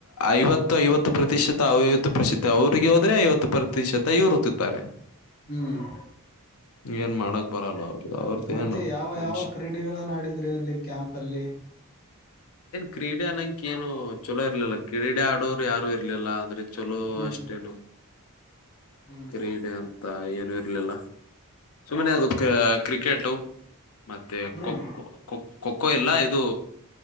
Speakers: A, on the left; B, on the left.
A: ಐವತ್ತು ಐವತ್. ಪ್ರತಿಶತ ಐವತ್ತು ಪ್ರಶೀತ ಅವರಿಗೆ ಹೋದ್ರೆ ಐವತ್ತು ಪ್ರತಿಶತ ಇವರು ತಿಂತಾರೆ.
B: ಹ್ಮ್
A: ಏನ್ ಮಾಡಕ್.. ಬರಲ್ಲ ಅವ್ರದ್ದು ಅವ್ರದ್ದು
B: ಮತ್ತೆ
A: ಏನು
B: ಯಾವ
A: ಮನುಷ್ಯ
B: ಯಾವ ಕ್ರೀಡೆಗಳನ್ನಾಡಿದ್ರಿ ಅಲ್ಲಿ ಕ್ಯಾಂಪಲ್ಲಿ.
A: ಕ್ರೀಡ ಅನ್ನಂಗ್.. ಕ್ಕೆನು ಚಲೋ ಇರ್ಲಿಲ್ಲ. ಕ್ರೀಡೆ ಆಡೋರು ಯಾರು ಇರ್ಲಿಲ್ಲಾ ಅಂದ್ರಿ. ಚಲೋ
B: ಹ್ಮ್
A: ಅಷ್ಟೇನು.
B: ಹ್ಮ್
A: ಕ್ರೀಡೆ ಅಂತ ಏನು ಇರ್ಲಿಲ್ಲ. ಸುಮ್ಮನೆ ಅದು. ಕ್ರ ಕ್ರಿಕೆಟು. ಮತ್ತೆ
B: ಹ್ಮ್
A: ಖೋ ಖೋ ಖೋ ಖೋ ಖೋ ಇಲ್ಲಾ ಅದು